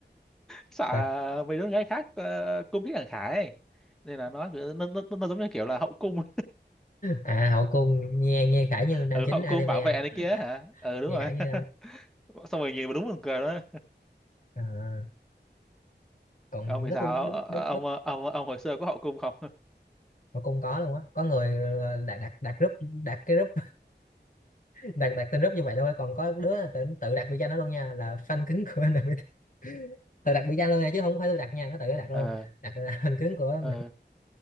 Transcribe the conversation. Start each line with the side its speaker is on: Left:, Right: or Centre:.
Centre: sợ
Left: Tại-
Centre: mấy đứa con gái khác ờ, cung thích thằng Khải ấy. nên là nó cứ- nó nó, nó giống như kiểu là hậu cung
Left: à hậu cung nghe nghe khải như nam
Centre: ừ
Left: chính
Centre: họ
Left: anime
Centre: cũng bảo vệ này kia hả ừ đúng
Left: nghe
Centre: rồi
Left: khải
Centre: <laughs>
Left: như
Centre: xong rồi nhìn mà đúng buồn cười đó
Left: <laughs> à, còn
Centre: ông vì
Left: lớp
Centre: sao
Left: tôi đúng
Centre: Ờ, ờ,
Left: đúng
Centre: ờ, ông
Left: lớp
Centre: ờ, ông ông hồi xưa có hậu cung không <laughs>
Left: hậu cung có luôn á có người ờ, đặt đặt đặt group đặt cái group đặt đặt tên group như vậy luôn á còn có đứa tự, tự đặt biệt danh đó luôn nha là fan cứng của NPT tự đặt biệt danh luôn nha chứ không phải tôi đặt nha nó tự nó đặt luôn
Centre: ờ
Left: đặt là fan cứng của
Centre: ờ